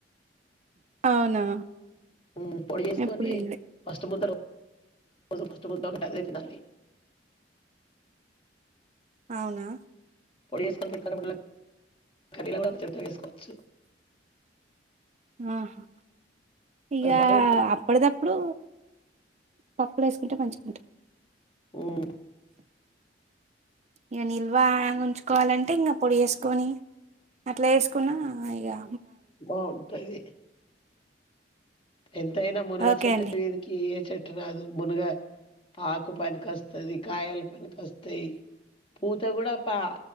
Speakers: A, on the right; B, on the left.
A: అవునా
B: ఉమ్ పొడి చేస్కోనీ
A: ఎప్పుడు తినలే
B: ఫస్ట్ ముద్ర. అది ఫస్ట్ ముద్ద ఒక్కటీ అదే తినాలి.
A: అవునా.
B: పొడి చేస్కోని పెట్టుకున్నప్పుడల్లా కడియాలంతవేస్కోవచ్చూ.
A: ఆహా ఇగా
B: అది బాగా ఇప్పుడు
A: అప్పడిదప్పుడు. పప్పులేస్కుంటే మంచిగుంటది.
B: ఉమ్.
A: ఇక నిల్వా ఉంచుకోవాలంటే ఇంక పొడిచేస్కోనీ. అట్లా ఏస్కున్నా ఇగా.
B: బాగుంటది. ఎంతైనా మునగ
A: ఓకే
B: చెట్టు
A: అండి
B: మీదికి ఏ చెట్టు రాదు మునగ. ఆకు పనికొస్తది కాయలు పనికొస్తాయి. పూత కూడా పా